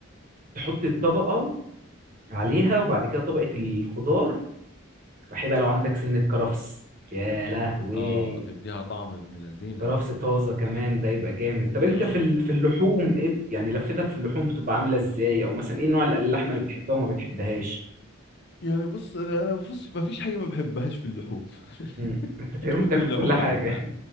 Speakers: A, on the right; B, on the left.
A: تحط الطبقة عليها وبعد كده طبقة الخضار وحيبقى لو عندك سنة كرفس يا لهوي
B: اه تديها طعم ابن لذينه
A: كرفس طازة كمان ده يبقى جامد طب
B: امم
A: انت في ال- في اللحوم ايه يعني لفتك في اللحوم بتبقى عاملة ازاي او مثلا ايه نوع ال- اللحمة اللي بتحبها وما بتحبهاش
B: يعني بص انا انا بص ما فيش حاجه ما بحبهاش في اللحوم
A: مم. <laughs> انت
B: <laughs>
A: تقريبا
B: كل
A: بتاكل
B: اللحوم
A: كل حاجة
B: بحبها